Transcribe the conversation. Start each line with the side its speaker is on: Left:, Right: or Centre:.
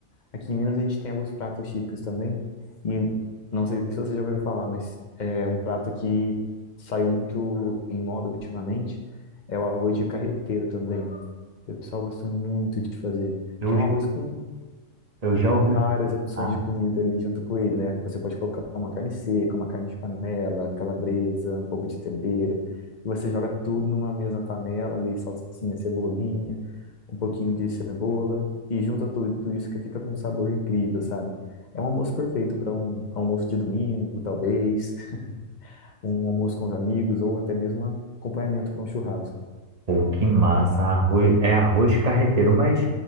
Left: Aqui em Minas a gente tem alguns pratos típicos também, e não sei se você já ouviu falar, mas é um prato que saiu muito em moda ultimamente, é o arroz de carreteiro também. O pessoal gosta muito de fazer,
Right: Eu,
Left: que é um arroz com
Right: eu já ouvi
Left: várias opções
Right: falar,
Left: de comida ali junto com ele, né? Você pode colocar uma carne seca, uma carne de panela, calabresa, um pouco de tempero. E você joga tudo numa mesma panela ali, salsinha, cebolinha, um pouquinho de cebola e junta tudo, tudo isso que fica com um sabor incrível, sabe? É um almoço perfeito para um almoço de domingo, talvez, <laughs> um almoço com os amigos ou até mesmo um acompanhamento para um churrasco.
Right: pô, que massa, arroz, é arroz carreteiro, mas